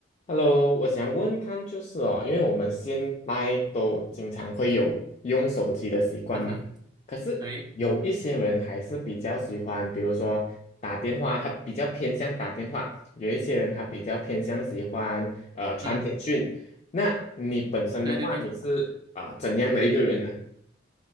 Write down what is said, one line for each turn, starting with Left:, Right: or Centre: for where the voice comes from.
Left: Hello，我想问看就是哦，因为我们现在都经常会有用手机的习惯嘛，
Right: 嗯哼，
Left: 可是有一些人还是比较喜欢，
Right: 对，
Left: 比如说打电话，他比较偏向打电话；有一些人他比较偏向喜欢呃传简讯。
Right: 嗯，
Left: 那你本身的话，
Right: 对对对，
Left: 你是啊、怎样的一个人呢